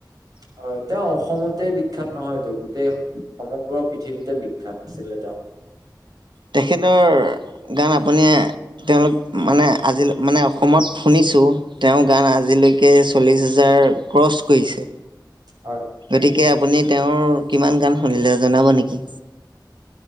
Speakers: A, on the right; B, on the right.
A: হয় তেওঁ অসমতে বিখ্যাত নহয়টো গোটেই সমগ্ৰ পৃথিৱীতে বিখ্যাত আছিলে তেওঁ
B: তেখেতৰ গান আপুনি তেওঁলোক মানে আজিলে মানে অসমত শুনিছোঁ তেওঁৰ গান আজিলৈকে চল্লিছ হাজাৰ ক্ৰছ কৰিছে
A: হয়
B: গতিকে আপুনি তেওঁৰ কিমান গান শুনিলে জনাব নেকি